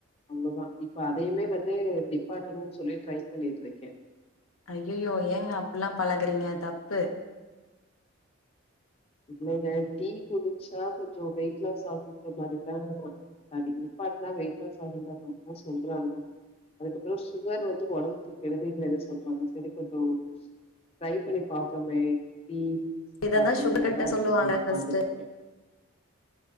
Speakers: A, on the left; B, on the left.
A: அவ்ளதா இப்ப அதையுமே வந்து நிப்பாட்டணுன் சொல்லி ட்ரை பண்ணிட்ருக்கே
B: ஐயயோ ஏங்க அப்புல்லா பழகுறீங்க தப்பு
A: இல்லங்க டீ குடுச்சா கொஞ்சொ வெயிட் லாஸ் ஆகுன்ற மாரிதா சாரி நிப்பாட்னா வெயிட் லாஸ் ஆகுன்ற மாரிதா சொல்றாங்க அதுக்கப்புறொ சுகர் வந்து ஒடம்புக்கு கெடுதின் வேற சொல்றாங்க செரி கொஞ்சொ ட்ரை பண்ணி பாப்போமே டீ
B: இததா
A: சாப் டாமாதா
B: சுகர் கட்ட சொல்லுவாங்க
A: திருப்பி உக்காந்துட்ருக்கே
B: ஃபர்ஸ்ட்டு